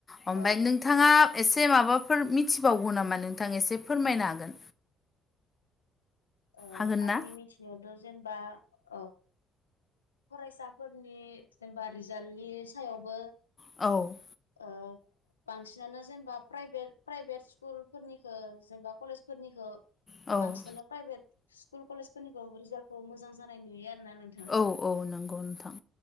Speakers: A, on the left; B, on the left.
A: ओमफ्राय
B: औ
A: नोंथाङा
B: औ औ
A: एसे माबाफोर मिथिबावगौ नामा नोंथां एसे फोरमायनो हागोन?
B: ओ
A: हागोन
B: आंनि
A: ना
B: मिथिनायावथ' जेनेबा औ फरायसाफोरनि जेनेबा रिजाल्टनि सायावबो
A: औ।
B: ओ बांसिनानो जेनेबा प्राइभेट प्राइभेट स्कुलफोरनिखो जेनेबा कलेजफोरनिखो।
A: औ
B: बांसिनानो प्राइभेट स्कुल कलेजफोरनिखौ रिजाल्टखौ मोजां जानाय नुयो आरोना नोंथां।
A: औ औ नंगौ नोंथां।